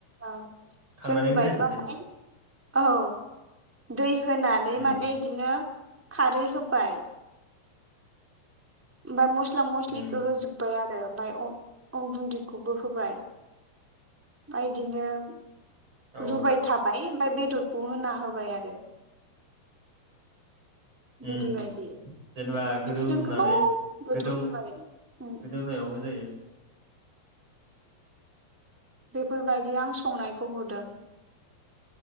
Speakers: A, in the centre; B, on the right.
A: औ
B: खांनानै
A: जोंनि
B: होनाया
A: बायदिबा
B: साबसिन
A: माने औ दै। होनानै
B: उम
A: माने बिदिनो खारै होबाय। ओमफ्राय मस्ला मस्लिखौ
B: उम
A: होजोबबाय आरो ओमफ्राय अ अन गुनदैखौबो होबाय आ बिदिनो
B: औ
A: रुबाय थाबाय ओमफ्राय बेदरखौ होना होबाय आरो। बिदि
B: उम
A: बायदि। ओमफ्राय
B: जेनेबा गोदौ
A: बिदिनो
B: होननानै
A: गोबाव गोदौहोबाय
B: गोदौ
A: उ
B: गोदौनायावबो जायो
A: बेफोरबायदि आं संनायखौ नुदों।